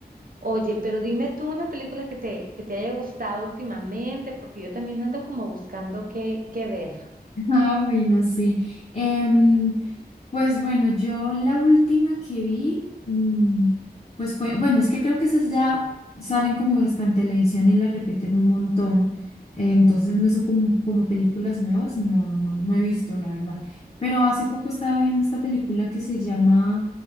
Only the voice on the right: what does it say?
Oye, pero dime tú una película que te, que te haya gustado últimamente, porque yo también ando como buscando qué, qué ver.